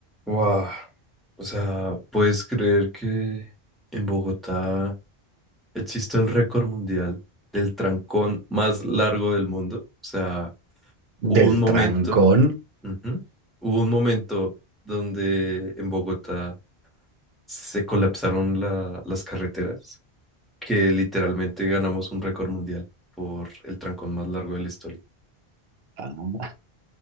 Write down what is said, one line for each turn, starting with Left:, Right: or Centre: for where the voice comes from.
Centre: Wow, o sea, ¿puedes creer que en Bogotá existe el récord mundial del trancón más largo del mundo? O sea, hubo
Right: Del
Centre: un momento,
Right: trancón.
Centre: ujú, hubo un momento donde en Bogotá se colapsaron la- las carreteras, que literalmente ganamos un récord mundial por el trancón más largo de la historia.
Right: Ah,